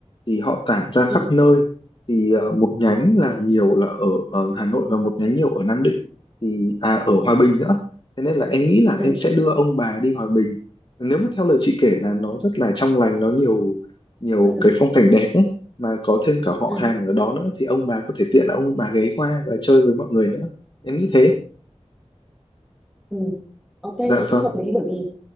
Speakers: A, on the left (about 45°); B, in the centre.
A: thì họ tản ra
B: ừ
A: khắp nơi thì ờ, một nhánh là nhiều là ở, ở Hà Nội và một nhánh nhiều ở Nam Định thì à ở
B: ừ
A: Hòa Bình nữa thế nên là em nghĩ là
B: ừ
A: em sẽ đưa ông bà đi Hòa Bình nếu mà theo lời chị kể là nó rất là trong lành nó nhiều nhiều
B: ừ
A: cái phong cảnh đẹp ấy mà có thêm cả họ
B: ừ
A: hàng ở đó nữa thì ông bà có thể tiện là ông bà ghé qua và chơi với mọi người nữa em nghĩ thế
B: Ừ. Ok thì
A: dạ
B: cũng
A: vâng
B: hợp lý bởi vì